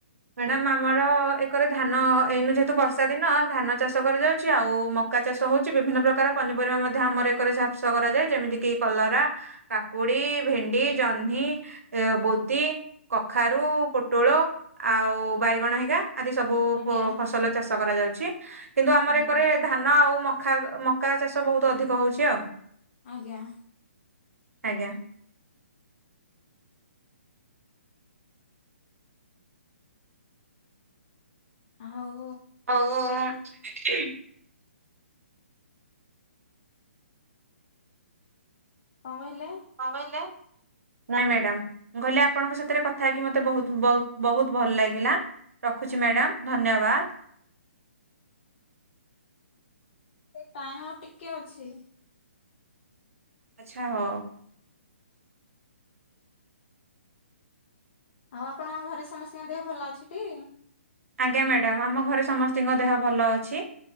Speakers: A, on the right; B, on the left.
A: ମ୍ୟାଡ଼ାମ ଆମର ଏକରେ ଧାନ ଏଇନୁ ଯେହେତୁ ବର୍ଷା ଦିନ ଧାନ ଚାଷ କରାଯାଉଛି ଆଉ ଉକା ଚାଷ ହଉଛି ବିଭିନ୍ନ ପ୍ରକାର ପନିପରିବା ମଧ୍ୟ ଆମର ଏକରେ ଚାଷ କରାଯାଏ ଯେମିତି କିି କଲରା, କାକୁଡି ପଡି ଭେଣ୍ଡି, ଜହ୍ନି, ବୋଦି, କଖାରୁ, ପୋଟଳ। ଆଉ ବାଇଗଣ
B: ଆଜ୍ଞା
A: ହେଇଗା ଆଦି ସବୁ
B: ଆଜ୍ଞା।
A: ଫସଲ ଚାଷ କରାଯାଉଛି କିନ୍ତୁ ଆମର
B: ଆଜ୍ଞା
A: ଏକରେ ଧାନ ଆଉ ମକା ମକା ଚାଷ ବହୁତ ଅଧିକ ହଉଛି ଆଉ।
B: ଆଜ୍ଞା।
A: ଆଜ୍ଞା।
B: ହଉ।
A: ହଉ
B: କଣ କହିଲେ?
A: କଣ କହିଲେ? ନାଇଁ ମ୍ୟାଡାମ କହିଲି ଆପଣଙ୍କ ସାଥିରେ କଥା ହେକି ମତେ ବହୁ ବହୁତ ଭଲ ଲାଗିଲା। ରଖୁଛି
B: ଆଜ୍ଞା।
A: ମ୍ୟାଡ଼ାମ ଧନ୍ୟବାଦ।
B: ସେ ଟାଇମ ଆଉ ଟିକେ ଅଛି।
A: ଆଚ୍ଛା ହଁ।
B: ଆଉ ଆପଣଙ୍କ ଘରେ ସମସ୍ତଙ୍କ ଦେହ ଭଲ ଅଛି ଟି?
A: ଆଜ୍ଞା ମ୍ୟାଡ଼ାମ ଆମ ଘରେ ସମସ୍ତିଙ୍କ ଦେହ ଭଲ ଅଛି